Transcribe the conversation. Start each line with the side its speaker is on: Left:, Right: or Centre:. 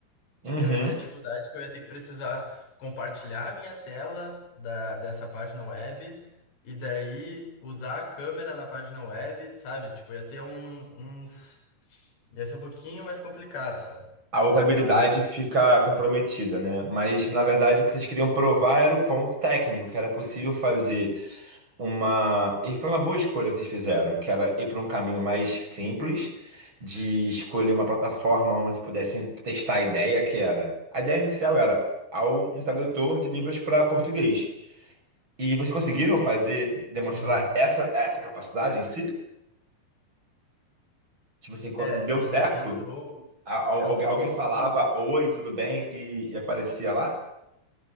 Right: uhum.
Left: Eu ia ter a dificuldade que eu ia ter que precisar compartilhar a minha tela da, dessa página web. E daí usar a câmera na página web, sabe? Tipo, ia ter um, uns, Ia ser um pouquinho mais complicado, sabe?
Right: A usabilidade
Left: Mas.
Right: fica comprometida, né? Mas, na verdade,
Left: eu-
Right: o que vocês queriam provar era o ponto técnico, que era possível fazer uma. E foi uma boa escolha que vocês fizeram, que era ir para um caminho mais simples, de escolher uma plataforma onde vocês pudessem testar a ideia, que era. A ideia inicial era ao- um tradutor de Libras para português. E vocês conseguiram fazer, demonstrar
Left: Uhum.
Right: essa, essa capacidade em si? Tipo assim, quando-
Left: É,
Right: deu certo?
Left: e daí entrou.
Right: A- al-
Left: Entrou.
Right: algu- Alguém falava
Left: um
Right: oi, tudo bem? E, e aparecia lá?